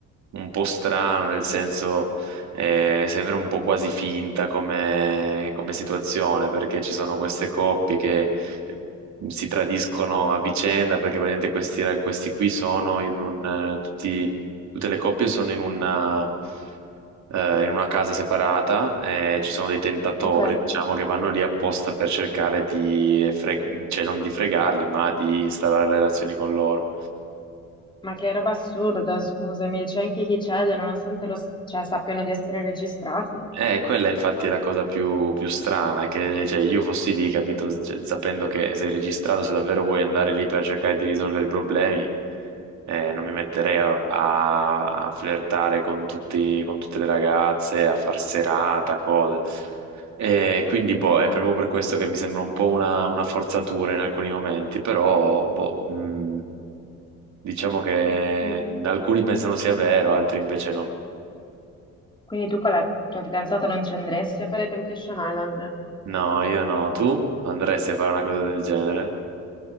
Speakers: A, on the right (about 65°); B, on the left (about 15°).
A: un po' strano, nel senso eh, sembra un po' quasi finta come come situazione, perché ci sono queste coppie che si tradiscono a vicenda perché praticamente questi, ra- questi qui sono in un eh, tutti- tutte le coppie sono in una, eh, in una casa separata e ci sono dei tentatori,
B: ok.
A: diciamo, che vanno lì apposta per cercare di fre- cioè non di fregarli, ma di instaurare relazioni con loro.
B: Ma che roba assurda, scusami, c'è anche chi cede nonostante lo, s- cioè, sappiano di essere registrati.
A: E quella infatti è la cosa più, più strana, che cioè, io fossi lì, capito, cioè, sapendo che sei registrato, se davvero vuoi andare lì per cercare di risolvere i problemi, Eh, non mi metterei a, a- a flirtare con tutti- con tutte le ragazze, a far serata, cose. E quindi, boh, è proprio per questo che mi sembra un po' una, una forzatura in alcuni momenti, però, boh, mh, diciamo che
B: Quindi,
A: alcuni pensano sia vero, altri invece no.
B: quindi tu con la tua fidanzata non ci andresti a fare Temptation Island?
A: No, io no. Tu andresti a fare una cosa del genere?